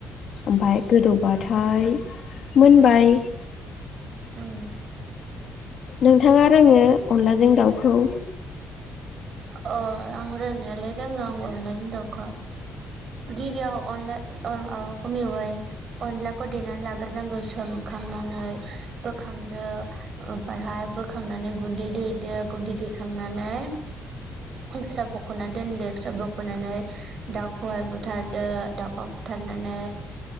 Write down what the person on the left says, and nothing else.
ओमफ्राय गोदौबाथाय मोनबाय।
नोंथाङा रोङो अनलाजों दाउखौ?